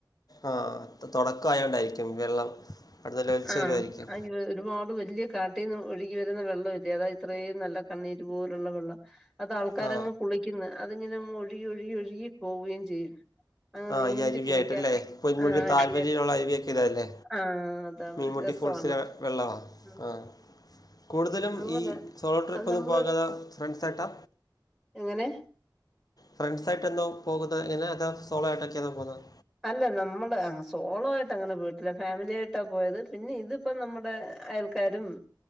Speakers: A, on the left (about 50°); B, in the centre.
A: ആഹ് അത് തുടക്ക ആയോണ്ടായിരിക്കും വെള്ളം <unintelligible> ഒലിച്ച്
B: ആഹ്
A: വരുവായിരിക്കും.
B: അയ്യോ ഒരുപാട് വല്ല്യ കാട്ടീന്ന് ഒഴുകി വരുന്ന വെള്ളം അല്ലേ അതാ ഇത്രേം നല്ല കണ്ണീരു പോലുള്ള വെള്ളം. അതാൾക്കാരങ്ങ്
A: ആ
B: കുളിക്കുന്നു അതിങ്ങനങ്ങ് ഒഴുകി ഒഴുകി ഒഴുകി പോവുകയും ചെയ്യും. അങ്ങ്
A: ആഹ്
B: നീന്തി
A: ഈ അരുവി
B: കുളിക്കാൻ
A: ആയിട്ടല്ലേ പൊന്മുഴി
B: ആഹ് അടിയായിട്ട്
A: താഴ് വഴിയിലുള്ള അരുവിയൊക്കെ ഇതല്ലേ?
B: ആഹ് അതാണ്
A: മീമുട്ടി
B: രസവാണ്
A: ഫോൾസിലെ വെള്ളവാ
B: ഉം
A: ആഹ് കൂടുതലും
B: അങ്ങനെ
A: ഈ സോളോ ട്രിപ്പ്
B: അത്
A: ഒന്നും
B: നമ്മള്
A: പോകാതെ ഫ്രണ്ട്സായിട്ടാ?
B: എങ്ങനെ?
A: ഫ്രണ്ട്സായിട്ടാന്നോ പോകുന്നത് എങ്ങനാ അത് സോളോ ആയിട്ടൊക്കെയാന്നോ പോകുന്നത്?
B: അല്ല നമ്മള് സോളോ ആയിട്ട് അങ്ങനെ പോയിട്ടില്ല ഫാമിലി ആയിട്ടാ പോയത്. പിന്നെ ഇതിപ്പോ നമ്മുടെ അയൽക്കാരും